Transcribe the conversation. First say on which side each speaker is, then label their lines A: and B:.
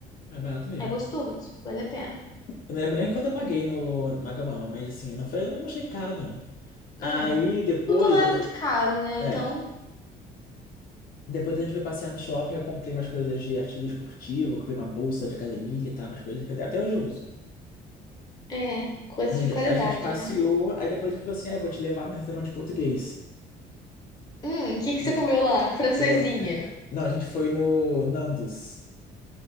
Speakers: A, on the left (about 60°); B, on the left (about 20°).
A: é barato mesmo.
B: É gostoso, vale a pena.
A: Eu não lembro nem quanto eu paguei no na Gamama, mas assim, não foi, eu não achei caro, não.
B: É.
A: Aí depois,
B: E Tudo lá
A: a
B: é muito
A: gente-
B: caro, né? Então,
A: é, depois a gente foi passear no shopping, eu comprei umas coisas de artigo esportivo, comprei uma bolsa de academia, tá? Umas coisas que até até hoje eu uso.
B: é, coisa
A: A gente,
B: de qualidade,
A: a gente passeou,
B: né?
A: aí depois ele falou assim, ah, eu vou te levar no restaurante português.
B: Hum, o que que
A: Porque,
B: você comeu lá? Francesinha.
A: ele- não, a gente foi no Nandos.